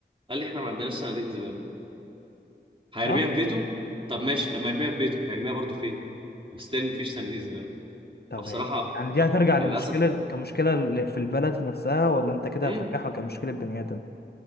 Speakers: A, on the right; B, on the left.
A: قال لي احنا ما عندناش صناديق زباله هيرميها
B: طب
A: في بيته طب ماشي لما يرميها في بيته هيرميها برضه فين ستيل مفيش صناديق زباله
B: طب
A: فبصراحه
B: يعني يعني دي
A: ك...
B: هترجع
A: ك... للاسف
B: لمشكله كمشكله ل- في البلد نفسها ولا انت كده
A: مم.
B: هترجعها كمشكله بني ادم